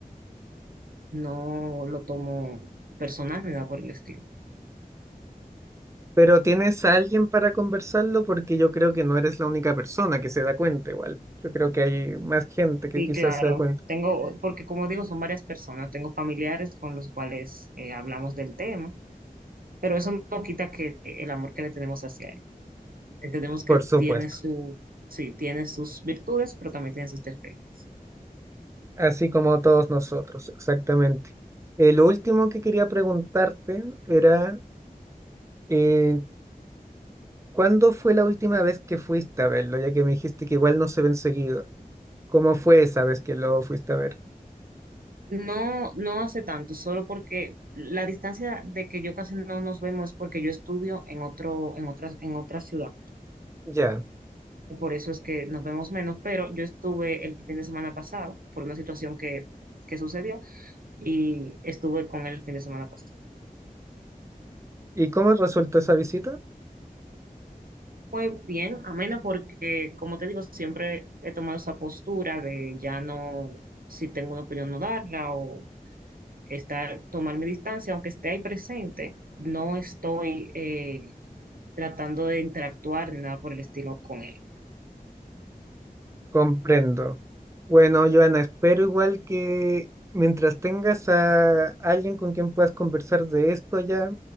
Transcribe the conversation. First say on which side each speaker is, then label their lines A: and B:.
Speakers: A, on the right; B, on the right.
A: no lo tomo personal ni nada por el estilo.
B: Pero tienes a alguien para conversarlo porque yo creo que no eres la única persona que se da cuenta igual. Yo creo que hay más gente que
A: Sí,
B: quizás
A: claro.
B: se da cuenta,
A: Tengo, porque como digo, son varias personas. Tengo familiares con los cuales eh, hablamos del tema, pero eso no quita que el amor que le tenemos hacia él. Entendemos que
B: por
A: tiene
B: supuesto,
A: su, sí, tiene sus virtudes, pero también tiene sus defectos.
B: así como todos nosotros, exactamente. Eh, lo último que quería preguntarte era, eh, ¿cuándo fue la última vez que fuiste a verlo? Ya que me dijiste que igual no se ven seguido. ¿Cómo fue esa vez que lo fuiste a ver?
A: No, no hace tanto, solo porque la distancia de que yo casi no nos vemos es porque yo estudio en otro, en otras, en otra ciudad.
B: Ya.
A: Por eso es que nos vemos menos, pero yo estuve el fin de semana pasado por una situación que, que sucedió y estuve con él el fin de semana pasado.
B: ¿Y cómo resultó esa visita?
A: Fue bien, amena, porque como te digo, siempre he tomado esa postura de ya no, si tengo una opinión, no darla o estar, tomar mi distancia, aunque esté ahí presente, no estoy eh, tratando de interactuar ni nada por el estilo con él.
B: Comprendo. Bueno, Joana, espero igual que mientras tengas a alguien con quien puedas conversar de esto ya,